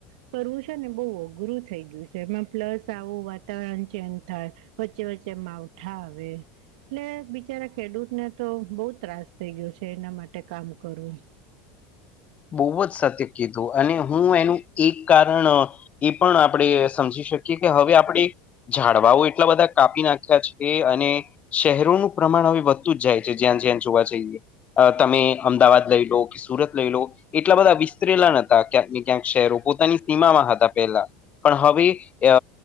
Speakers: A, on the right (about 65°); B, on the left (about 30°).
A: કરવું છે ને બહ અઘરું થઈ ગયું છે એમાં પ્લસ આવું વાતાવરણ ચેન્જ થાય, વચ્ચે વચ્ચે માવઠા આવે. એટલે બિચારા ખેડૂતને તો બહુ ત્રાસ થઇ ગયો છે એના માટે કામ કરવું.
B: બહુ જ સત્ય કીધું અને હું એનું એક કારણ એ પણ આપણે સમજી શકીએ કે હવે આપણે ઝાડવાઓ એટલા બધા કાપી નાખ્યા છે અને શહેરોનું પ્રમાણ હવે વધતું જ જાય છે જ્યાં જ્યાં જોવા જઈએ. તમે અમદાવાદ લઈ લો કે સુરત લઈ લો, એટલા બધા વિસ્તરેલા નથી. ક્યાંક ને ક્યાંક શહેરો પોતાની સીમામાં હતા પહેલા. પણ હવે, અ